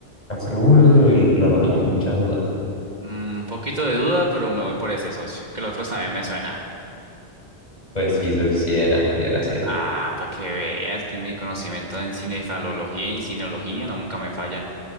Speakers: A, on the left; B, on the right.
A: Aseguro, yo lo noto con mucha duda.
B: Mm, un poquito de duda, pero me voy por ese socio, que los otros también me suenan.
A: Pues sí, soy, sí era, sí era, sí era.
B: Ah, para que veas que mi conocimiento en cinefalología y sinología no nunca me fallan.